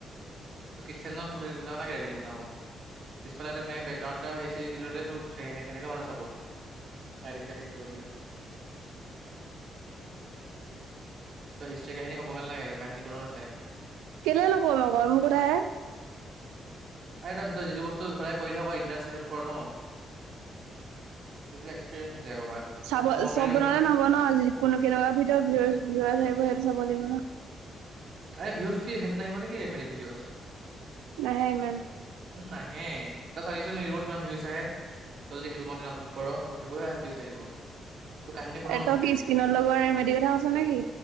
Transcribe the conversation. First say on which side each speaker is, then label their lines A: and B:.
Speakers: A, on the right; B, on the right.
A: ত' কিটচেনত নালাগে এইপিনে বনাব। পিছফাল এটা সেনেকে বেকগ্ৰাউণ্ড এটা হেৰি-চেৰি দি ল'লে তোক সে-সেনেকে মানুহে চাব। লাইটিং-চাইটিং কৰি ল'লে। তই হিষ্ট্ৰি কাহিনী ক'বগে নালাগে আৰু কাহিনী কোনো নাচাই।
B: কেলে নকৰিম আকৌ মোৰ কথা হে।
A: আৰে তই সেইটো যিটো বস্তু সদায় কৰি থাক ইণ্টাৰেষ্ট সেইটোত কৰ ন'। সেইটো এক্সপিৰিয়েঞ্চ আগৰ পৰা।
B: চাব
A: তই হোম
B: চব
A: ৰেমেডি
B: বনালে নহব ন' কোনো কেনেকুৱা ভিতৰত ভিডিঅ'ত ভিউজ-ছিউজ আহিব সেই যাব লাগিব ন'।
A: এই ভিউজ কি সেইটো নাহিব নেকি ৰেমেডী ভিডিঅ'চত।
B: নাহে ইমান।
A: উম, নাহে তই চাবি চোন ইউটিউব কিমান ভিউজ আহে। তই যদি সেইটো কণ্টেণ্ট আপলোড কৰ সেইবোৰে ভিউজ আহিব। তোৰ কাহিনী কোনেও
B: এ
A: নুশুনে
B: তই কি
A: হিষ্ট্ৰী
B: স্কিনত
A: কাহিনী।
B: লগোৱা ৰেমেডিৰ কথা কৈছ নেকি?